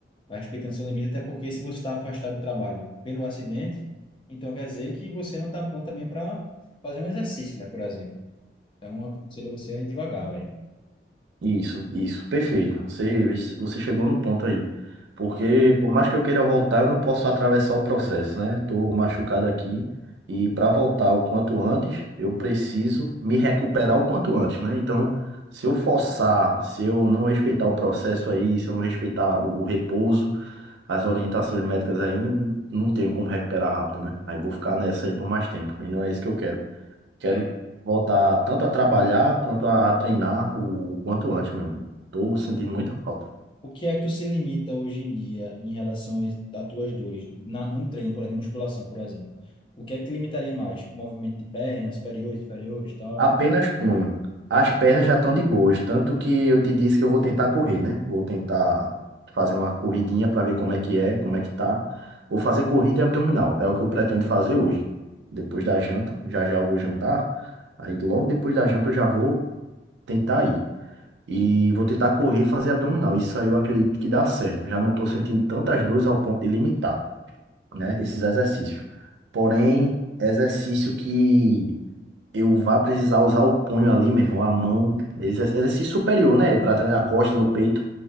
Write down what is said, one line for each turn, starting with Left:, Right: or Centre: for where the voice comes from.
Left: Vai respeitando seu limite, até porque se você está afastado do trabalho pelo acidente, então quer dizer que você não está pronto também para fazer um exercício, né, por exemplo. Então, eu aconselho você a ir devagar, velho.
Right: Isso, isso, perfeito. Você, você chegou no ponto aí. Porque,
Left: Mas,
Right: por mais que eu queira voltar, eu não posso atravessar o processo, né? Tô machucado aqui. E para voltar o quanto antes, eu preciso me recuperar o quanto antes, né? Então, se eu forçar, se eu não respeitar o processo aí, se eu não respeitar o, o repouso, as orientações médicas aí, não não tenho como recuperar rápido, né? Aí vou ficar nessa aí por mais tempo. E não é isso que eu quero. Quero
Left: é,
Right: voltar tanto a trabalhar quanto a, treinar o, o quanto antes, meu. Tô sentindo muita falta.
Left: o que é que tu se limita hoje em dia em relação às às tuas dores? Na, num treino, por exemplo, na musculação, por exemplo. O que é que te limitaria mais? Movimento de pernas, superiores, inferiores, tal?
Right: Apenas punho. As pernas já estão de boas, tanto que eu te disse que eu vou tentar correr, né? Vou tentar fazer uma corridinha para ver como é que é, como é que tá. Vou fazer corrida e abdominal, é o que eu pretendo fazer hoje. Depois da janta, já já eu vou jantar. Aí logo depois da janta eu já vou tentar ir. E vou tentar correr e fazer abdominal. Isso aí eu acredito que dá certo. Já não tô sentindo tantas dores ao ponto de limitar. né? Esses exercícios. Porém, exercício que eu vá precisar usar o punho ali, meu irmão, a mão, esse exercício superior, né? Para treinar costas ou peito,